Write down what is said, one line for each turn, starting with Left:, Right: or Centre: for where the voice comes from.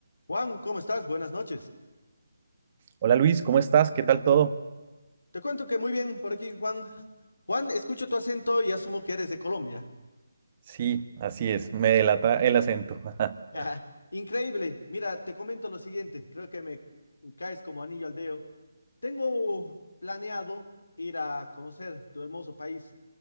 Left: Juan, ¿cómo estás? Buenas noches.
Right: Hola Luis, ¿cómo estás? ¿Qué tal todo?
Left: Te cuento que muy bien por aquí, Juan. Juan, escucho tu acento y asumo que eres de Colombia.
Right: Sí, así es, me delata el acento. <laughs>
Left: <laughs> Increíble. Mira, te comento lo siguiente. Creo que me caes como anillo al dedo. Tengo planeado ir a conocer tu hermoso país.